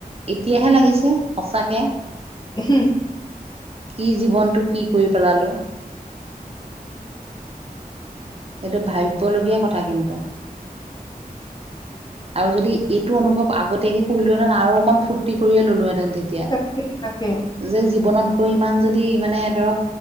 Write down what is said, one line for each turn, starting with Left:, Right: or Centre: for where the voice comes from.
Right: এতিয়াহে লাগিছে সঁচাকে
Left: ও-হো
Right: কি জীৱনটো কি কৰি পেলালো। সেইটো ভাবিবলগীয়া কথা কিন্তু। আৰু যদি এইটো অনুভৱ আগতীয়াকে কৰিলোহেঁতেন আৰু অকন ফুৰ্তি কৰিয়ে ললো হেঁতেন। তেতিয়া
Left: তাকে তাকে
Right: যে জীৱনত গৈ ইমান যদি মানে ধৰক